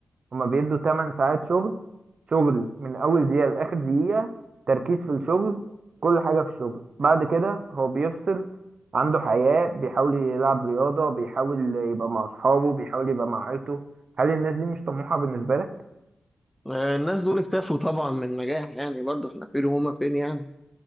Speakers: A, on the right; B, in the centre.
A: هما بيدوا 8 ساعات شغل شغل من اول دقيقة لاخر دقيقة تركيز في الشغل كل حاجة في الشغل بعد كده هو بيفصل عنده حياة بيحاول يلعب رياضة بيحاول يبقى مع اصحابه بيحاول يبقى مع عيلته هل الناس دي مش طموحة بالنسبة لك؟
B: آه، الناس دول اكتفوا طبعا من النجاح يعني برضه احنا فين وهما فين يعني